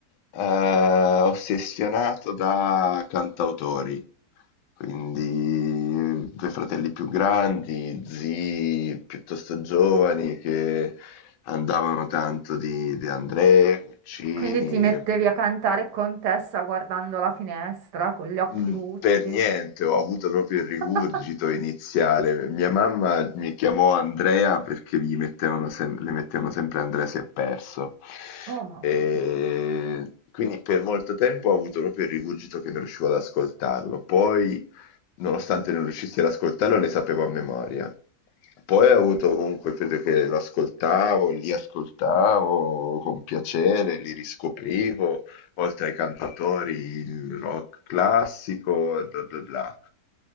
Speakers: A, on the left (about 90°); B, on the right (about 80°).
A: eh, ossessionato da cantautori, quindi due fratelli più grandi, zii piuttosto giovani che andavano tanto di De André, Guccini,
B: Quindi ti mettevi a cantare Contessa guardando la finestra con gli occhi
A: Mm,
B: lucidi.
A: Per niente, ho avuto proprio il rigurgito
B: <laughs>
A: iniziale. Mia mamma mi chiamò Andrea perché gli mettevano sem- le mettevano sempre Andrea si è perso.
B: Oh mamma
A: E
B: mia.
A: quindi per molto tempo ho avuto proprio il rigurgito che non riuscivo ad ascoltarlo. Poi nonostante non riuscissi ad ascoltarlo, le sapevo a memoria. Poi ho avuto comunque fede che lo ascoltavo, li ascoltavo con piacere, li riscoprivo, oltre ai cantatori il rock classico e bla bla bla.